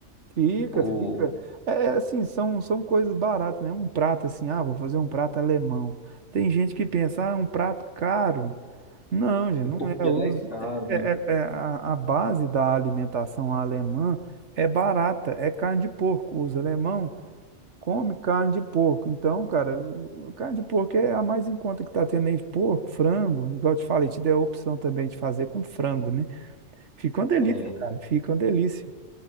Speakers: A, on the right; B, on the left.
A: Fica,
B: O...
A: fica. É é assim, são, são coisas baratas, né? Um prato assim, ah, vou fazer um prato alemão. Tem gente que pensa, ah, um prato caro. Não, gente,
B: É
A: não
B: porque
A: é. Os-
B: ela é cara.
A: é- é- é é, a, a base da alimentação alemã é barata, é carne de porco. Os alemão comem carne de porco. Então, cara, o- carne de porco é a mais em conta que tá tendo aí. Porco, frango, igual eu te falei, te dei a opção também de fazer com frango, né? Fica uma delícia,
B: É.
A: cara. Fica uma delícia.